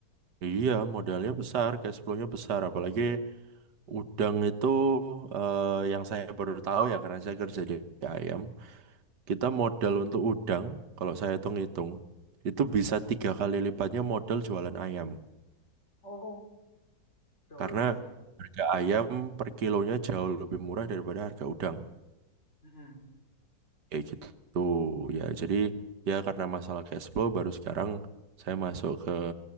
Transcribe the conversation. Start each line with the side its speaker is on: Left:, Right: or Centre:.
Right: Iya, modalnya besar, cash flow-nya besar, apalagi udang itu eh, yang saya baru tahu ya karena saya kerja di ayam. Kita modal untuk udang, kalau saya hitung-hitung, itu bisa tiga kali lipatnya modal jualan ayam.
Left: Oh, jauh
Right: karena
Left: lebih besar.
Right: harga ayam per kilonya jauh lebih murah daripada harga udang
Left: Mm-mm.
Right: kayak gitu ya jadi ya karena masalah cash flow baru sekarang saya masuk ke